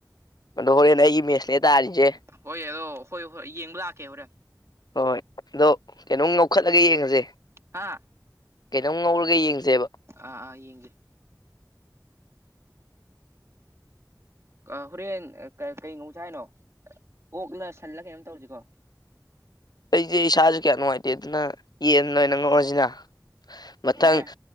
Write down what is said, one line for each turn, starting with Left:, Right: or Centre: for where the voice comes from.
Left: ꯑꯗꯣ ꯍꯣꯔꯦꯟ ꯑꯩꯒꯤ ꯃꯦꯁꯅꯦ ꯇꯥꯔꯤꯁꯦ
Right: ꯍꯣꯏ ꯑꯗꯣ ꯍꯣꯏ ꯍꯣꯏ ꯌꯦꯡꯕ ꯂꯥꯛꯀꯦ ꯍꯣꯔꯦꯟ
Left: ꯍꯣꯏ ꯑꯗꯣ ꯀꯩꯅꯣꯝ ꯉꯧꯈꯠꯂꯒ ꯌꯦꯡꯉꯁꯦ
Right: ꯍꯥꯥ
Left: ꯀꯩꯅꯣꯝ ꯉꯧꯔꯒ ꯌꯦꯡꯖꯦꯕ
Right: ꯑꯥ ꯑꯥ ꯌꯦꯡꯖꯦ ꯑꯥ ꯍꯣꯔꯦꯟ ꯀꯩ ꯀꯩ ꯉꯧꯖꯦ ꯍꯥꯏꯅꯣ ꯑꯣꯛꯂ ꯁꯜꯂ ꯀꯩꯅꯣꯝ ꯇꯧꯔꯖꯦꯀꯣ
Left: ꯑꯩꯖꯦ ꯏꯁꯥꯁꯨ ꯀꯌꯥ ꯅꯨꯡꯉꯥꯏꯇꯦ ꯑꯗꯨꯅ ꯌꯦꯟ ꯑꯣꯏꯅ ꯉꯧꯔꯖꯤꯅ ꯃꯊꯪ
Right: ꯌꯥꯏ ꯌꯥꯏ